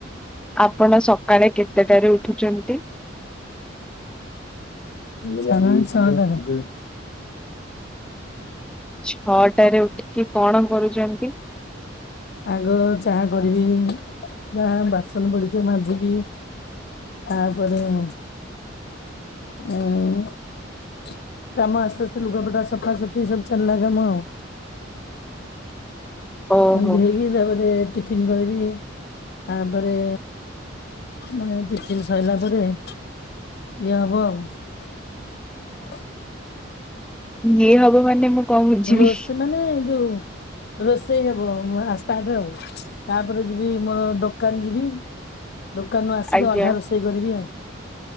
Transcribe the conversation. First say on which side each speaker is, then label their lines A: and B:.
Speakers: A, in the centre; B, on the left (about 55°).
A: ଆପଣ ସକାଳେ କେତେଟାରେ ଉଠୁଛନ୍ତି?
B: ତା ମାନେ ଛଅ ଜଣ।
A: ଛଅଟାରେ ଉଠିକି କଣ କରୁଛନ୍ତି?
B: ଆଗ ଚାହା କରିବି ବା ବାସନ୍ ପଡିଛି ମାଜିବି ତାପରେ ହୁଁ। କାମ ଆସ୍ତେ ଆସ୍ତେ ଲୁଗାପଟା ସଫା ସଫି ସବୁ ଚଲିଲା କାମ ଆଉ।
A: ଓହୋ
B: ଏମିତି ହେଇକି ତାପରେ ଟିଫିନ କରିବି। ଇ ତାପରେ ମାନେ ଟିଫିନ ସରିଲା ପରେ ଇଏ ହବ ଆଉ।
A: ଇଏ ହବ ମାନେ ମୁଁ କଣ ବୁଝିବି
B: ରୋଷେଇ ମାନେ ଯୋଉ ରୋଷେଇ ହବ ମୋ ଷ୍ଟାର୍ଟ ଆଉ ତାପରେ ଯିବି ମୋର ଦୋ କାନ ଜିବୀ। ଦୋକାନରୁୁ ଆସିକି
A: ଆଜ୍ଞା
B: ଅଧା ରୋଷେଇ କରିବି ଆଉ।